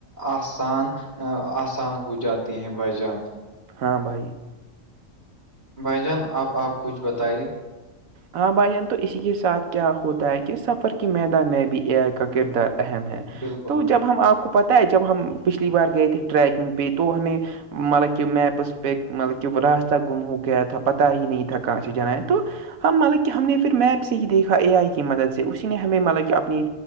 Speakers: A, on the right; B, on the right.
A: آسان آسان ہو جاتے ہیں بھائی جان
B: ہاں بھائی
A: بھائی جان اب آپ کچھ بتائیے
B: ہاں بھائی جان تو اسی کے ساتھ کیا ہوتا ہے کہ سفر کے میدان میں بھی اے آئی کا کردار اہم ہے
A: بالکل
B: تو
A: بھائی
B: جب
A: جان۔
B: ہم آپ کو پتا ہے جب ہم پچھلی بار گئے تھے ٹریکنگ پہ تو ہمیں مطلب کہب میپس پک مطلب کہب راستہ گمہ ہو گیا تھا پتہ ہیی نہیں تھا کہان جنان تو ہم مطلب کہ ہم نے پھر میپ سے ہی دیکھا اے آئی کی مدد سے اسی نے ہمیں مطلب کہ اپنی